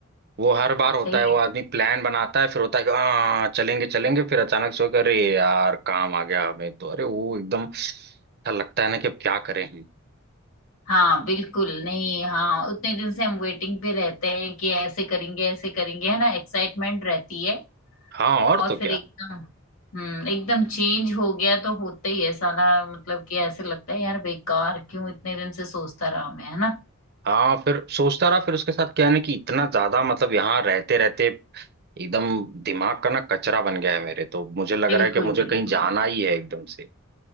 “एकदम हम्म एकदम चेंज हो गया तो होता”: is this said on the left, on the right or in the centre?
Left